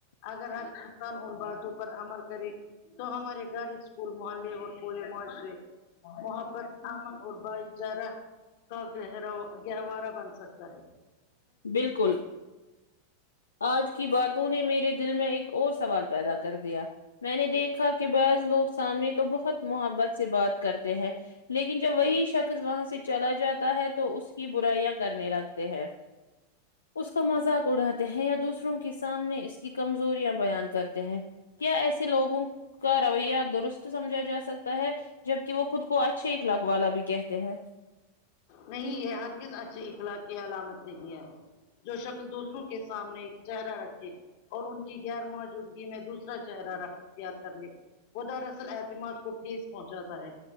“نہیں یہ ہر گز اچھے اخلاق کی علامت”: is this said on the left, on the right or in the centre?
Left